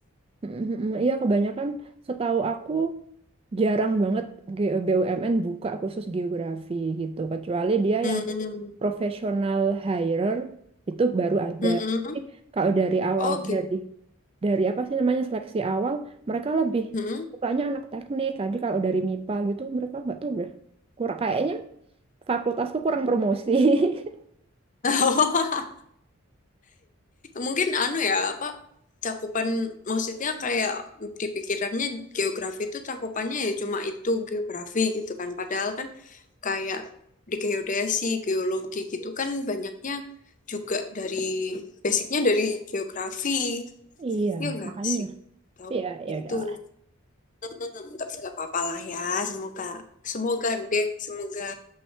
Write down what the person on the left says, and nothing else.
Hmm,
mm-mm.
Oh gitu.
mm
<laughs> Mungkin anu ya, apa cakupan maksudnya kayak di pikirannya geografi itu cakupannya ya cuma itu geografi gitu kan. Padahal kan kayak di geodesi, geologi gitu kan banyaknya juga dari basicnya dari geografi.
Ya enggak
sih? Tahu
itu.
Hmm, tapi nggak apa-apa lah ya. Semoga semoga deh, semoga